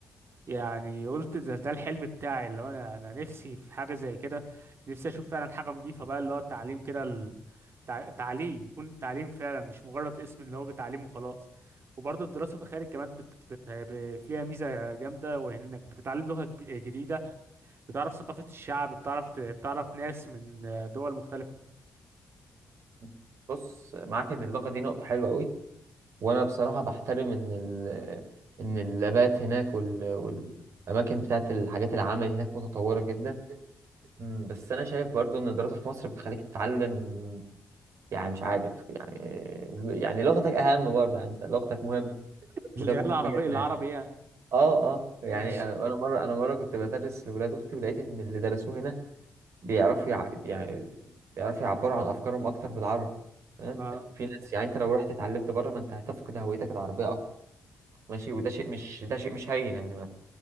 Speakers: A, on the right; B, on the right.
A: يعني قلت ده, ده الحلم بتاعي اللي هو انا انا نفسي في حاجه زي كده نفسي اشوف فعلا حاجه نظيفه بقى اللي هو التعليم كده ال- تع- تعليم يكون تعليم فعلا مش مجرد اسم اللي هو بتعليم وخلاص وبرضه الدراسه في الخارج كمان بت بت ب- فيها ميزه جامده وانك بتتعلم لغه جب- جديده بتعرف ثقافه الشعب بتعرف ت- بتعرف ناس من دول مختلفه
B: <laughs> بص معاك ان اللغه دي نقطه حلوه قوي وانا بصراحه بحترم ان ال... ان اللابات هناك وال... والاماكن بتاعت الحاجات العمل هناك متطوره جدا أمم، بس انا شايف برضو ان الدراسه في مصر بتخليك تتعلم يعني مش عارف يعني يعني لغتك اهم برضه يعني انت لغتك مهم
A: اللي
B: وده مهم
A: هي العربية
B: جدا
A: العربي
B: يعني.
A: يعني
B: اه اه يعني
A: ماشي
B: انا أنا مره انا مره كنت بدرس لولاد اختي ولقيت ان اللي درسوه هنا بيعرفوا يع... يعني بيعرفوا يعبروا عن افكارهم اكتر بالعربي تمام
A: اه
B: في ناس يعني انت لو رحت اتعلمت بره ما انت هتفقد هويتك العربيه اكتر ماشي وده شيء مش ده شيء مش هين يعني